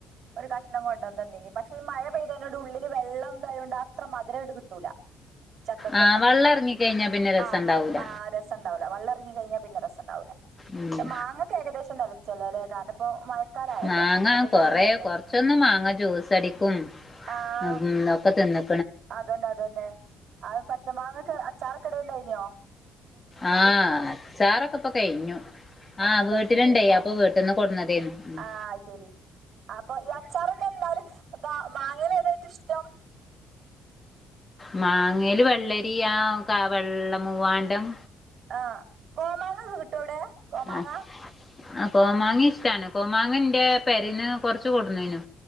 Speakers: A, on the right; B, on the left.
A: ഒരു കഷ്ണം കൊണ്ടുവന്ന് ഇനി പക്ഷെ ഈ മഴ പെയ്തതിനോട് ഉള്ളില് വെള്ളം ഇതായോണ്ട് കൊണ്ട് അത്ര മധുരമായിട്ട് കിട്ടൂല ചക്കക്കൊന്നു
B: ആഹ് വള്ളം എറങ്ങിക്കഴിഞ്ഞാ പിന്നെ രസണ്ടാവൂല
A: ആ ആ രസംണ്ടാവ വെള്ളം ഇറങ്ങി കഴിഞ്ഞാൽ പിന്നെ രസം ഉണ്ടാവില്ല
B: ഉം
A: പക്ഷെ മാങ്ങക്കെ ഏകദേശം തലിച്ചല്ലോ അല്ലെ കാരണം മഴക്കാലായല്ലോ
B: മാങ്ങ
A: അതിന്റെ
B: കൊറ
A: ടൈം കഴിഞ്ഞല്ലോ
B: കൊറച്ചൊന്ന് മാങ്ങ ജ്യൂസ് സടിക്കും
A: ആ
B: ഇന്നത്തെ തിന്ന്
A: അതന്നെ അതന്നെ അത് പച്ചമാങ്ങക്കെ അച്ചാറക്കെട ഉണ്ടായിനോ
B: ആഹ ചാറൊക്കെ ഇപ്പൊ കഴിഞ്ഞു
A: ആഹ്
B: ആഹ വീട്ടിലിണ്ടായി
A: കഴിഞ്ഞുല്ലേ
B: അപ്പൊ വീട്ടന്ന് കൊടുന്നതന്ന് ഉ
A: ആഹ് അത് ശരി അപ്പൊ ഈ അച്ചാറൊക്കെ എന്താല് മാങ്ങയില ഏതായിട്ടും ഇഷ്ടം
B: മാങ്ങൽ വെള്ളരി ആ കാ വെള്ള മൂവാണ്ടം
A: ആ കോമാങ്ങക്ക് കിട്ടും അവിടെ കോമാങ്ങ
B: ആഹ ആ കോമാങ്ങ ഇഷ്ടമാണ് കോമാങ്ങ എന്റെ പരന്ന് കൊറച്ച് കൊടുന്നേനു